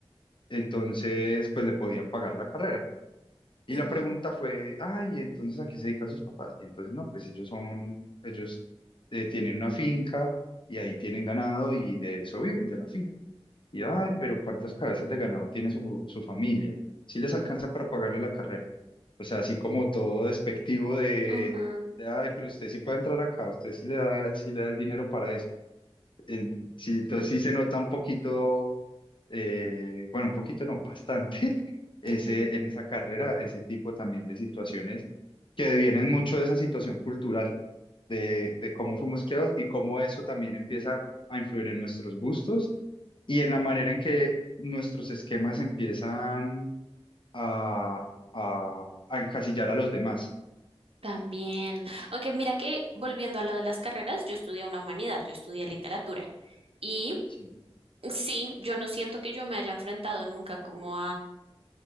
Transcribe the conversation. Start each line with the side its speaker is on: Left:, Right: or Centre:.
Left: Entonces, pues le podían pagar la carrera. Y
Right: Ujú,
Left: la pregunta fue, ay, entonces ¿a qué se dedican sus papás? Y entonces, no, pues ellos son, ellos eh, tienen una finca y ahí tienen ganado y de eso viven, de la finca. Y, ay, pero ¿cuántas cabezas de ganado tiene su, su familia? Si les alcanza para pagarle la carrera. O sea, así como todo despectivo de,
Right: ujú,
Left: de, ay, pero usted sí puede entrar acá, usted sí le da, sí le da el dinero para eso. En- sí, entonces sí se nota un poquito, eh, bueno, un poquito no, bastante, <laughs> ese,
Right: ujú,
Left: en esa carrera, ese tipo también de situaciones que vienen mucho de esa situación cultural, de, de cómo fuimos criados y cómo eso también empieza a influir en nuestros gustos y en la manera en que nuestros esquemas empiezan a, a, a encasillar a los demás.
Right: También. Aunque mira que volviendo a lo de las carreras, yo estudié una humanidad, yo estudié literatura. Y
Left: ¿sí?
Right: sí, yo no siento que yo me haya enfrentado nunca como